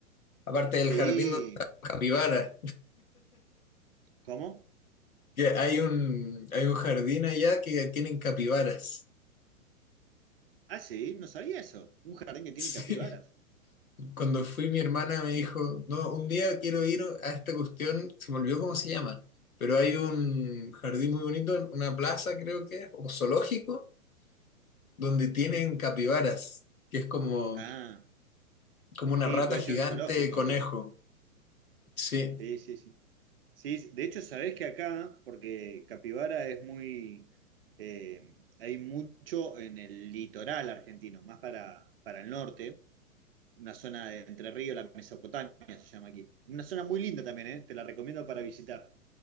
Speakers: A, on the left; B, on the right.
A: Aparte del
B: sí.
A: jardín de las capibaras,
B: ¿Cómo?
A: que hay un, hay un jardín allá que tienen capibaras. <laughs>
B: Ah, sí, no sabía eso. Un jardín que tiene
A: Sí.
B: capibaras.
A: Cuando fui mi hermana me dijo, no, un día quiero ir a esta cuestión, se me olvidó cómo se llama, pero hay un jardín muy bonito, una plaza creo que es, o zoológico donde tienen capibaras, que es como,
B: Ah,
A: como una
B: sí,
A: rata
B: puede
A: gigante
B: ser un zoológico,
A: conejo.
B: entonces.
A: Sí,
B: Sí, sí, sí. Sí, sí. de hecho, sabés que acá, porque capibara es muy. eh, hay mucho en el litoral argentino, más para, para el norte. una zona de Entre Ríos, la Mesopotamia se llama aquí. Una zona muy linda también, ¿eh? te la recomiendo para visitar.